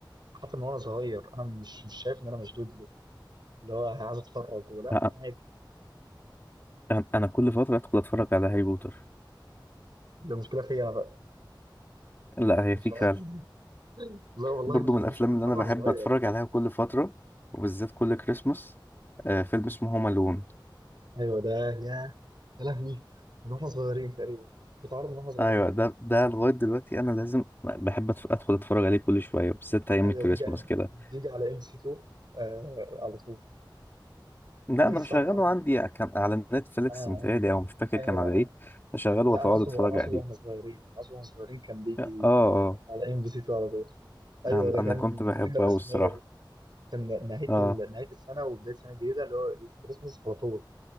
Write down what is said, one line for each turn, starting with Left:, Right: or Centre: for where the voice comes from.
Right: حتى من وانا صغير انا مش مش شايف ان انا مشدود له اللي هو عايز اتفرج ولا
Left: لا
Right: عادي
Left: انا أنا كل فتره ادخل اتفرج على هاري بوتر
Right: ده مشكله فيا انا بقى
Left: لا هي
Right: مش
Left: فيك
Right: عارف
Left: فعلا
Right: <laughs> لا والله
Left: برضو
Right: ما شدنيش
Left: من الافلام
Right: خالص
Left: اللي انا
Right: حتى
Left: بحب
Right: وانا صغير
Left: اتفرج عليها كل فتره وبالذات كل كريسماس آه، فيلم اسمه هوم الون
Right: ايوه ده يا يا لهوي من واحنا صغيرين تقريبا بتعرض من واحنا صغيرين
Left: ايوه ده ده لغايه دلوقتي انا لازم بحب أتف- ادخل اتفرج عليه كل شويه بالذات ايام
Right: ايوه
Left: الكريسماس
Right: بيجي
Left: كده
Right: بيجي على ام سي 2 آه على طول
Left: لا
Right: كان بيجي
Left: انا
Right: الساعه
Left: بشغله
Right: 12
Left: عندي كان على نتفليكس
Right: اه آه.
Left: متهيألي او مش فاكر
Right: ايوه
Left: كان على
Right: ايوه
Left: ايه بشغله
Right: لا
Left: واتقعد
Right: انا اقصد
Left: اتفرج
Right: انا اقصد
Left: عليه
Right: واحنا صغيرين انا اقصد واحنا صغيرين كان بيجي
Left: اه اه
Right: على ام بي سي 2 على طول ايوه
Left: انا
Right: ده
Left: أنا
Right: كان
Left: كنت بحبه
Right: ده كان الرسميه
Left: أوي الصراحه
Right: كان نهايه
Left: اه
Right: ال... نهايه السنه وبدايه السنه الجديده اللي هو ليله الكريسماس على طول